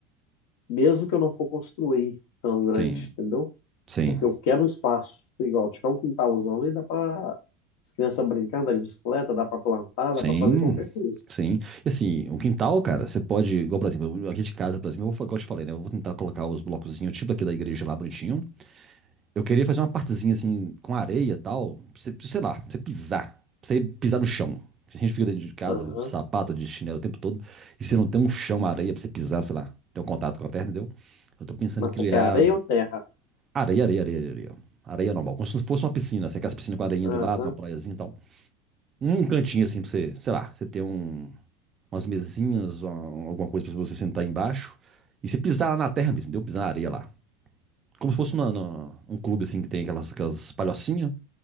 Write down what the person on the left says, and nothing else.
mesmo que eu não for construir tão grande,
entendeu?
Porque eu quero um espaço igual. Tiver um quintalzão ali, dá para as crianças brincar, andar de bicicleta, dá para plantar,
dá para fazer qualquer coisa.
Aham.
Mas
isso aqui é areia ou terra?
Aham.